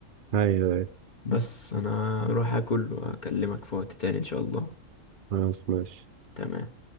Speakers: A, on the right; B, on the left.
A: أيوه أيوه
B: بس انا اروح اكل واكلمك في وقت تاني ان شاء الله
A: خلاص ماشي
B: تمام